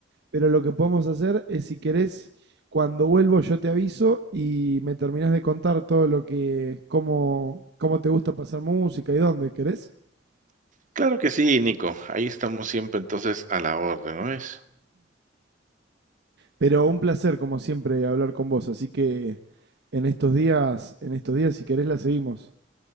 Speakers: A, on the right; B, on the right.
A: Pero lo que podemos hacer es, si querés, cuando vuelvo yo te aviso y me terminás de contar todo lo que, cómo, cómo te gusta pasar música y dónde, ¿querés?
B: Claro que sí, Nico. Ahí estamos siempre entonces a la orden, ¿no es?
A: Pero un placer, como siempre, hablar con vos. Así que en estos días, en estos días, si querés, la seguimos.